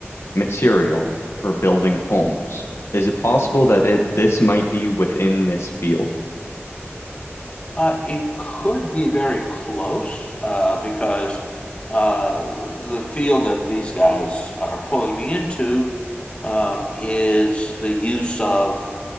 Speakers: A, on the left (about 70°); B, on the left (about 25°).
A: material for building homes. Is it possible that it this might be within this field?
B: Uh, it could be very close uh, because uh, the field that these guys are pulling me into um, is the use of